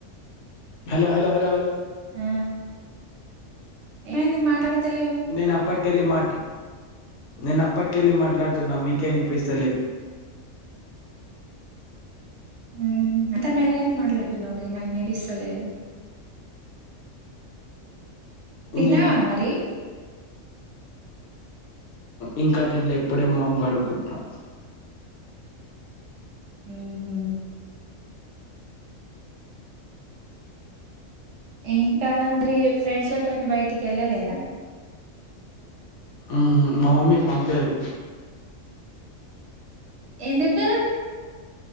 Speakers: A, on the left; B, on the right.
A: హలో హలో హలో లో
B: ఆ ఏమైంది మాట్లాడు తెల్లేవ్
A: నేను అప్పటికెళ్ళి మాట్ల్ నేను అప్పటికెళ్ళి మాట్లాడుతున్నా మీకే వినిపిస్తలే.
B: మ్మ్ అంత బెరిగెన్ మాట్లాడుతున్నావు బె నాకు వినిపిస్సల్లేదు తిన్నావా
A: నేను
B: మరి
A: ఇంకా తిండ్లే ఇప్పుడే మొహం గడుకుట్నా
B: హ్మ్ మ్మ్ ఇంకా మరి ఫ్రెండ్స్లతోని బయటికి వెళ్ళలేదా
A: మ్ హ్మ్ మా మమ్మీ పంపియదు
B: ఎందుకు